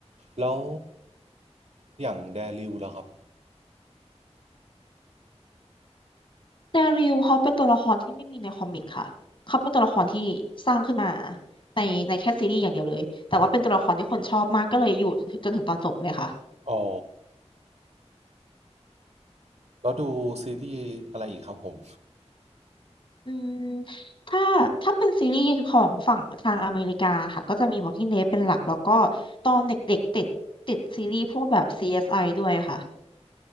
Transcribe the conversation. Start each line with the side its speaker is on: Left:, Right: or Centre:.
Right: แล้วอย่างแดริวแล้วครับ
Left: เดริลเขาเป็นตัวละครที่ไม่มีในคอมิกค่ะ เขาเป็นตัวละครที่สร้างขึ้นมาในในแค่ซีรีส์อย่างเดียวเลย แต่ว่าเป็นตัวละครที่คนชอบมากก็เลยอยู่จนถึงตอนจบเลยค่ะ
Right: อ๋อแล้วดูซีรีส์อะไรอีกครับผม
Left: อืมถ้าถ้าเป็นซีรีส์ของฝั่งทางอเมริกาค่ะ ก็จะมี Walking Dead เป็นหลักแล้วก็ตอนเด็กๆติดติดซีรีส์พวกแบบ CSI ด้วยค่ะ